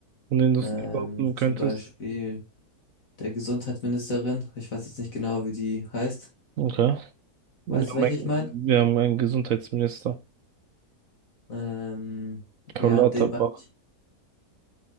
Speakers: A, on the right (about 65°); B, on the left (about 55°).
A: von denen du
B: Ähm,
A: es nicht behaupten könntest?
B: zum Beispiel der Gesundheitsministerin. Ich weiß jetzt nicht genau, wie die heißt.
A: Okay. Wir
B: Weißt
A: haben
B: du, welche
A: einen,
B: ich meine?
A: wir haben einen Gesundheitsminister,
B: Ähm,
A: Karl
B: ja,
A: Lauterbach.
B: den meine ich.